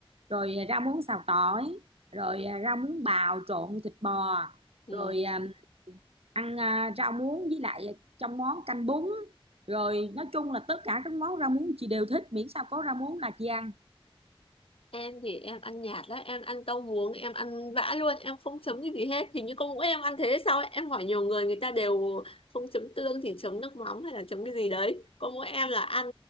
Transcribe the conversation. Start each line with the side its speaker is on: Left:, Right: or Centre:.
Right: rồi à, rau muống xào tỏi rồi à, rau muống bào trộn thịt bò
Left: ừ
Right: rồi à, ăn à, rau muống với lại trong món canh bún rồi nói chung là tất cả các món rau muống chị đều thích miễn sao có rau muống là chị ăn
Left: em thì em ăn nhạt lắm em ăn rau muống em ăn vã luôn em không chấm cái gì hết hình như con mỗi em ăn thế hay sao ấy. em hỏi nhiều người người ta đều không chấm tương thì chấm nước mắm hay là chấm cái gì đấy con mỗi em là ăn